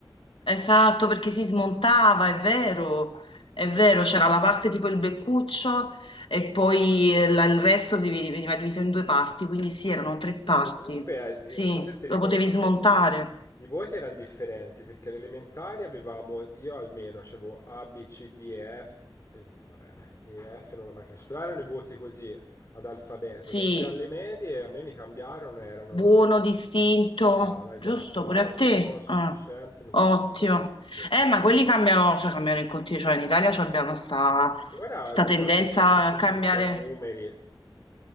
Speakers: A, on the left; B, on the left.
A: Esatto, perché si smontava, è vero, è vero, c'era la parte tipo il beccuccio e poi eh, la- il resto divi- veniva diviso in due parti, quindi sì, erano tre parti,
B: Comunque, eh,
A: sì,
B: non so se ti ricordi,
A: lo potevi smontare,
B: I voti erano differenti perché alle elementari avevamo, io almeno avevo A, B, C, D e F, eh, vabbè, E, F non l'ho mai preso, però erano i voti così ad alfabeto,
A: sì,
B: mentre alle medie a me mi cambiarono, erano
A: buono, distinto,
B: brava, esatto,
A: giusto,
B: ottimo,
A: pure a te,
B: sufficiente,
A: Ah,
B: non
A: ottimo.
B: sufficiente, sì.
A: Eh, ma quelli cambiano, cioè cambiano in continuo, cioè in Italia ci abbiamo sta,
B: Ora
A: sta
B: non
A: tendenza
B: so se forse sono
A: a cambiare.
B: tutti a numeri.